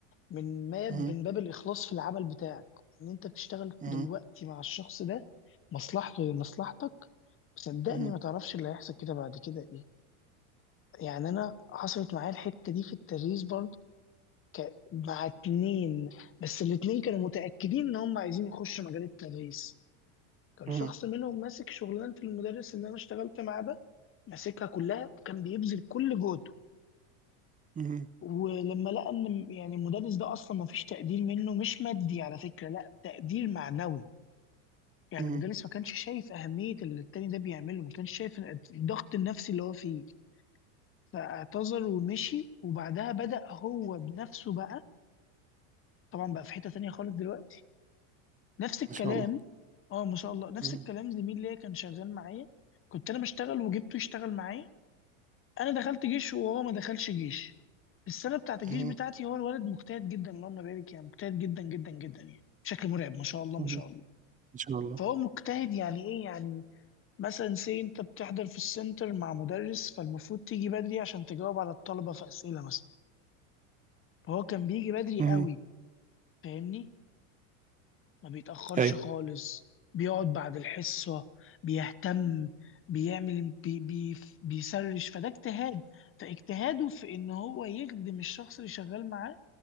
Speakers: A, on the left; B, on the right.
A: من ما
B: اهم،
A: من باب الإخلاص في العمل بتاعك ان انت تشتغل
B: اهم،
A: دلوقتي مع الشخص ده مصلحته هي مصلحتك وصدقني
B: اهم،
A: ما تعرفش اللي هيحصل كده بعد كده ايه يعني انا حصلت معايا الحتة دي في التدريس برضه ك... مع اتنين بس الاتنين كانوا متأكدين ان هم عايزين يخشوا مجال التدريس كان
B: اهم،
A: شخص منهم ماسك شغلانة المدرس اللي أنا اشتغلت معاه ده ماسكها كلها وكان بيبذل كل جهده
B: اهم،
A: ولما لقى إن م- يعني المدرس ده أصلا ما فيش تقدير منه مش مادي على فكرة لا تقدير معنوي يعني
B: اهم،
A: المدرس ما كانش شايف أهمية اللي التاني ده بيعمله ما كانش شايف الضغط النفسي اللي هو فيه فاعتذر ومشي وبعدها بدأ هو بنفسه بقى طبعا بقى في حتة تانية خالص دلوقتي نفس الكلام
B: ما شاء الله.
A: اه ما شاء الله نفس
B: اهم،
A: الكلام زميل ليا كان شغال معايا كنت انا بشتغل وجبته يشتغل معايا انا دخلت جيش وهو ما دخلش جيش السنه بتاعت الجيش
B: اهم،
A: بتاعتي هو الولد مجتهد جدا اللهم بارك يعني مجتهد جدا جدا جدا يعني بشكل مرعب ما شاء الله ما
B: اهم،
A: شاء الله
B: ما شاء الله.
A: فهو مجتهد يعني ايه يعني مثلا سي انت بتحضر في السنتر مع مدرس فالمفروض تيجي بدري عشان تجاوب على الطلبه في اسئله مثلا فهو كان بيجي بدري
B: اهم،
A: قوي فاهمني ما بيتاخرش
B: أيوه.
A: خالص بيقعد بعد الحصه بيهتم بيعمل بي بي بيسرش فده اجتهاد فاجتهاده في ان هو يخدم الشخص اللي شغال معاه